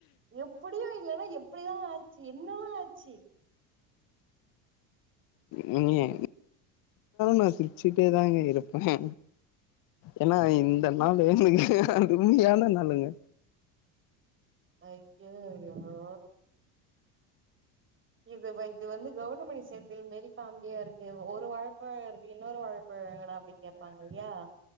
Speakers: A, on the right; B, on the left.
A: எப்டியு இல்லனா எப்டிதா ஆச்சி என்னதா ஆச்சி
B: நீங்க <unintelligible> நா சிரிச்சிட்டே தாங்க இருப்பே ஏன்னா இந்த நாளு <unintelligible> உண்மையான நாளுங்க
A: அய்க்கோ எவ்ளோ இது இது வந்து கவுண்டமணி செந்தில் மாறி காமெடியா இருக்கு ஒரு வாழப்பழ இருக்கு இன்னொரு வாழப் பங்கடா அப்டி கேட்பாங்க இல்லயா